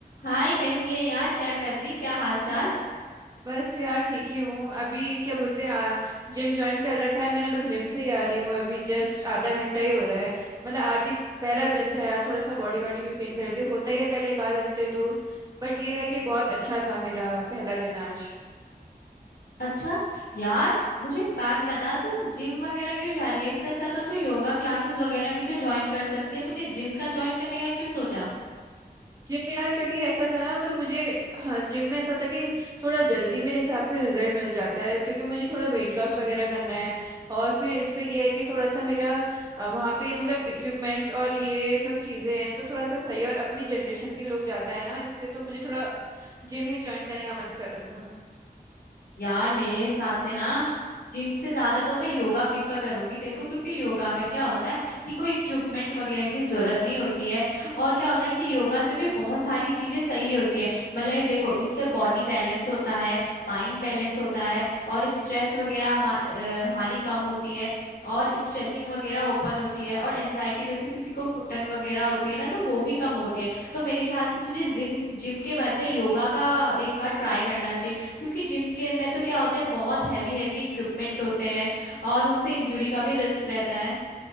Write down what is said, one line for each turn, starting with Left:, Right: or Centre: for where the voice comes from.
Left: हाय कैसी है यार क्या कर रही क्या हाल चाल
Right: बस यार ठीक ही हूँ अभी क्या बोलते हैं जिम ज्वाइन कर रखा है मैंने बस जिम से ही आ रही हूँ अभी जस्ट आधा घंटा ही हो रहा है मतलब आज ही पहला दिन था यार थोड़ा सा बॉडी वॉडी भी पेन कर रही थी होता ही है पहले एक आध हफ्ते तो बट ये है कि बहुत अच्छा था मेरा पहला दिन आज
Left: अच्छा यार मुझे एक बात बता तू जिम वगैरह क्यों जा रही है इससे अच्छा तो तू योगा क्लासेस वगैरह भी तो ज्वाइन कर सकती है तूने जिम का ज्वाइन करने का क्यों सोचा
Right: जिम में यार क्योंकि ऐसा था ना तो मुझे हाँ जिम में ऐसा था कि थोड़ा जल्दी मेरे हिसाब से रिजल्ट मिल जाता है क्योंकि मुझे थोड़ा वेट लॉस वगैरह करना है और फिर इससे ये है कि थोड़ा सा मेरा अ, वहाँ पे मतलब इक्विपमेंट्स और ये सब चीज़ें हैं तो थोड़ा सा सही है और अपनी जनरेशन के लोग ज़्यादा है ना इससे तो मुझे थोड़ा जिम ही ज्वाइन करने का मन कर रहा था
Left: यार मेरे हिसाब से ना जिम से ज्यादा तो मैं योगा प्रीफर करूंगी देखो क्योंकि योगा में क्या होता है कि कोई इक्विपमेंट वगैरह की जरूरत नहीं होती है और क्या होता है कि योगा से भी बहुत सारी चीजें सही होती है मतलब ये देखो इससे बॉडी बैलेंस होता है माइंड बैलेंस होता है और स्ट्रेस वगैरह हमा, अ, हमारी कम होती है और स्ट्रेचिंग वगैरह ओपन होती है और एनजाइटी जैसे किसी को घुटन वगैरह होती है ना तो वो भी कम होती है तो मेरे ख्याल से तुझे जिम जिम के बदले योगा का एक बार ट्राई करना चाहिए क्योंकि जिम के में तो क्या होता है बहुत हैवी हैवी इक्विपमेंट होते हैं और उनसे इंजरी का भी रिस्क रहता है